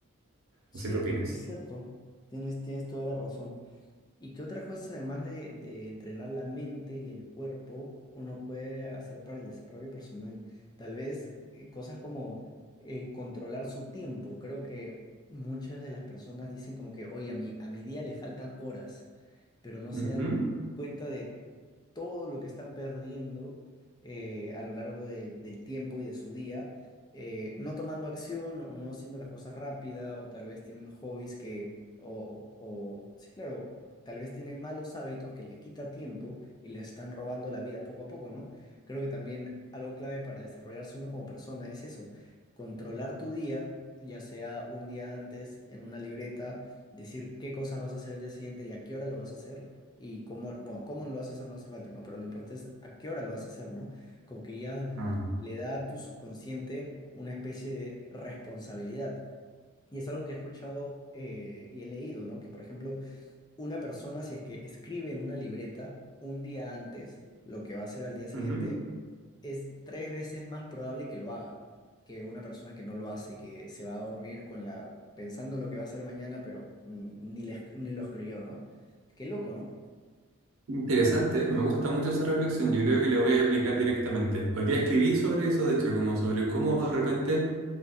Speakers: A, on the left; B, on the right.
A: Sí,
B: No sé qué opinas.
A: es cierto. Tienes, tienes toda la razón. ¿Y qué otras cosas, además de, de entrenar la mente y el cuerpo, uno puede hacer para el desarrollo personal? Tal vez eh, cosas como eh, controlar su tiempo. Creo que muchas de las personas dicen como que, oye, a mi, a mi día le faltan horas, pero no se
B: Ujú.
A: da cuenta de todo lo que están perdiendo eh, a lo largo del del tiempo y de su día, eh, no tomando acción o no haciendo las cosas rápida o tal vez tienen hobbies que, o, o- o- sí, claro, tal vez tienen malos hábitos que les quita tiempo y les están robando la vida poco a poco, ¿no? Creo que también algo clave para desarrollarse uno como persona es eso, controlar tu día, ya sea un día antes en una libreta, decir qué cosas vas a hacer el día siguiente y a qué hora lo vas a hacer y cómo, bueno, cómo lo vas a hacer no hace falta, ¿no? Pero lo importante es a qué hora lo vas a hacer, ¿no? Como que ya
B: Mm.
A: le da a tu subconsciente una especie de responsabilidad. Y es algo que he escuchado eh, y he leído, ¿no? Que, por ejemplo, una persona, si es que escribe en una libreta un día antes lo que va a hacer al día siguiente,
B: Ujú.
A: es tres veces más probable que lo haga que una persona que no lo hace, que se va a dormir con la, pensando en lo que va a hacer mañana, pero mm, ni, le esc- ni lo escribió, ¿no? Qué loco, ¿no?
B: Interesante, me gusta mucho esa reflexión. Yo creo que la voy a aplicar directamente. Hoy día escribí sobre eso, de hecho, como sobre cómo de repente